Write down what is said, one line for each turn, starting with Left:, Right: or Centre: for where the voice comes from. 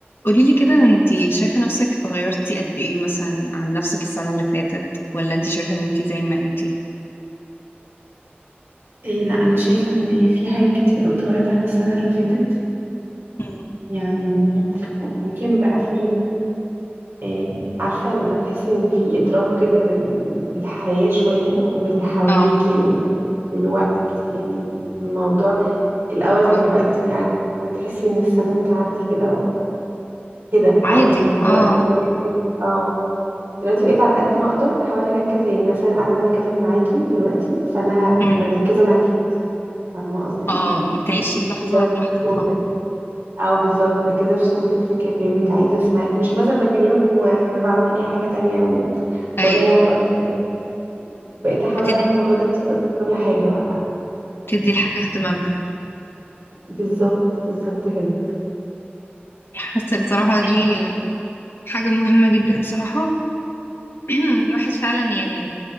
Left: قولي لي كده انتي شايفة نفسك اتغيرتي قد ايه مثلا عن نفسك السنة اللي فاتت ولا انتي شايفة ان انتي زي ما انتي
Right: إيه لا انا شايفه ان في حاجات كتير قوي اتغيرت عن السنه اللي فاتت
Left: مم.
Right: يعني يمكن بقى في إيه عارفه لما تحسي ان في ادراك كده بال- بالحياه شويه وباللي حواليكي
Left: اه
Right: وبالوقت يعني الموضوع الاول كان
Left: اه
Right: الوقت بيعدي وتحسي ان السنه بتعدي كده كده
Left: عادي
Right: عادي دلوقتي
Left: اه
Right: أنا بقيت اه دلوقتي بقيت على قد ما اقدر بحاول اركز يعني مثلا قاعده بتكلم معاكي دلوقتي فانا ه-
Left: مم.
Right: مركزه معاكي فاهمه قصدي
Left: اه بتعيشي
Right: مركزه
Left: اللحظة بلحظتها
Right: في صوتك او بالظبط مركزه في صوتك في كلامك عايزه اسمعك مش مثلا بكلمك وانا بعمل اي حاجه تانية وبضيع
Left: ايوه
Right: الوقت كده بقيت احاول
Left: بتد...
Right: اعمل الموضوع ده كتير قوي في كل حاجه بقى
Left: بتدي الحاجة اهتمامها
Right: بالظبط بالظبط كده
Left: حاسة بصراحة
Right: عشان
Left: دي حاجة مهمة جدا صراحة <clears throat> الواحد فعلا يعني